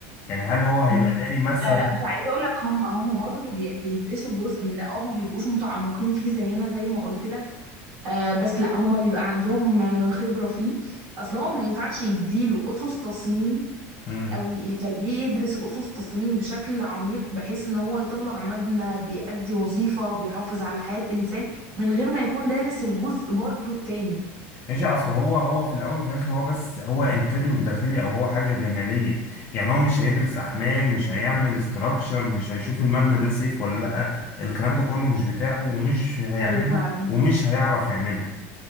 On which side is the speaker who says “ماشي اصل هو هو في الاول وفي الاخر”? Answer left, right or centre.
Left